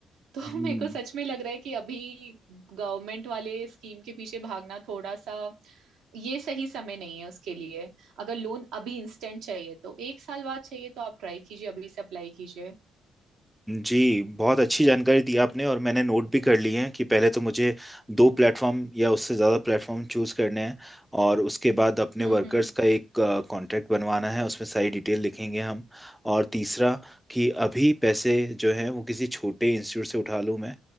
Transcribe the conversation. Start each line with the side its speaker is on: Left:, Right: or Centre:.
Right: तो
Centre: हम्म
Right: <laughs> मेरे को सच में लग रहा है कि अभी गवर्नमेंट वाले स्कीम के पीछे भागना थोड़ा सा ये सही समय नहीं है उसके लिए अगर लोन अभी इंस्टेंट चाहिए तो एक साल बाद चाहिए तो आप ट्राई कीजिए अभी से अप्लाई कीजिए
Centre: जी बहुत अच्छी जानकारी दी आपने और मैंने नोट भी कर लिए हैं कि पहले तो मुझे दो प्लेटफॉर्म या उससे ज़्यादा प्लेटफॉर्म चूज करने हैं और उसके बाद अपने
Right: हम्म
Centre: वर्कर्स
Right: हम्म
Centre: का एक कॉन्ट्रैक्ट बनवाना है उसमें सारी डिटेल लिखेंगे हम और तीसरा कि अभी पैसे जो हैं वो किसी छोटे इंस्टीट्यूट से उठा लूँ मैं